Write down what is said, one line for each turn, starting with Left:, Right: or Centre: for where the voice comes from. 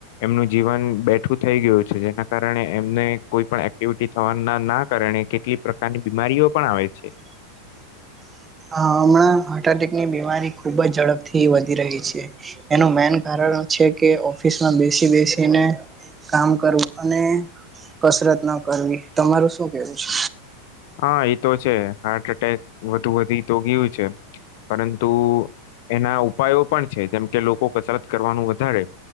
Left: એમનું જીવન બેઠું થઈ ગયું છે, જેના કારણે એમને કોઈ પણ એક્ટિવિટી થવા ના ના કારણે કેટલીક પ્રકારની બીમારીઓ પણ આવે છે.
Right: <inaudible> હ હમણાં હાર્ટ એટેકની બીમારી ખુબ જ ઝડપથી વધી રહી છે. એનું મેન કારણ છે, કે ઓફિસમાં બેસી બેસીને કામ કરવું અને કસરત ન કરવી તમારું શું કેવું છે?
Left: હ એતો છે, હાર્ટ એટેક વધુ વધી તો ગીયું છે. પરંતુ એના ઉપાયો પણ છે, જેમ કે લોકો કસરત કરવાનું વધારે